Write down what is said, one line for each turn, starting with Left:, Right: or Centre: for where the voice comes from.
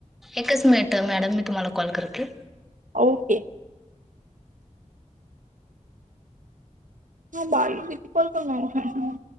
Centre: एकच मिनिट मॅडम मी तुम्हाला कॉल करते.
Right: ओके. हा बाई बिकल तर नाही.